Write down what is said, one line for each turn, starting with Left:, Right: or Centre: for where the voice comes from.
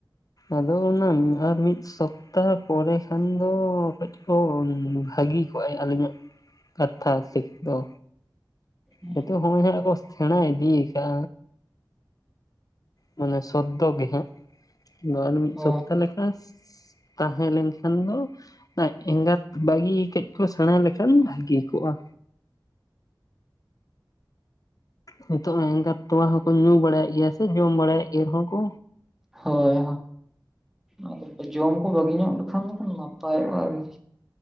Left: ᱟᱫᱚ ᱚᱱᱟ ᱟᱨ ᱢᱤᱫ ᱥᱚᱯᱚ ᱛᱟᱨᱯᱚᱨᱮ ᱠᱷᱟᱱ ᱫᱚ ᱠᱟᱹᱡ ᱠᱚ ᱵᱷᱟᱹᱜᱤ ᱠᱚᱜᱼᱟᱭ ᱟᱞᱤᱧᱟᱜ ᱠᱟᱛᱷᱟ ᱥᱤᱠ ᱫᱚ
Centre: ᱦᱳᱭ
Left: ᱱᱤᱛᱚᱜ ᱦᱚᱸᱭ ᱦᱟᱸᱜ ᱠᱚ ᱥᱮᱬᱟ ᱤᱫᱤᱭᱠᱟᱜᱼᱟ᱾ ᱢᱟᱱᱮ ᱥᱚᱫᱽᱫᱚ ᱵᱤᱦᱟᱹᱜ ᱫᱚ ᱟᱨ ᱢᱤᱫ
Centre: ᱦᱳᱭ
Left: ᱥᱚᱯᱛᱟ ᱞᱮᱠᱟ ᱛᱟᱦᱮᱸ ᱞᱮᱱᱠᱷᱟᱱ ᱫᱚ ᱮᱸᱜᱟᱛ ᱵᱟᱹᱜᱤ ᱠᱟᱹᱡ ᱠᱚ ᱥᱮᱬᱟ ᱞᱮᱠᱷᱟᱱ ᱵᱷᱟᱹᱜᱤ ᱠᱚᱜᱼᱟ᱾ ᱱᱤᱛᱚᱜ ᱮᱸᱜᱟᱛ ᱛᱚᱣᱟ ᱦᱚᱸᱠᱚ ᱧᱩ ᱵᱟᱲᱟᱭᱮᱫ ᱜᱮᱭᱟ ᱥᱮ ᱡᱚᱢ ᱵᱟᱲᱟᱭᱮᱫ ᱜᱮᱭᱟ ᱨᱮᱦᱚᱸ ᱠᱚ
Centre: ᱦᱳᱭ ᱦᱳᱭ ᱡᱚᱢ ᱠᱚ ᱵᱟᱹᱜᱤ ᱧᱚᱜ ᱞᱮᱠᱷᱟᱱ ᱫᱚ ᱱᱟᱯᱟᱭᱚᱜᱼᱟ ᱟᱨᱠᱤ᱾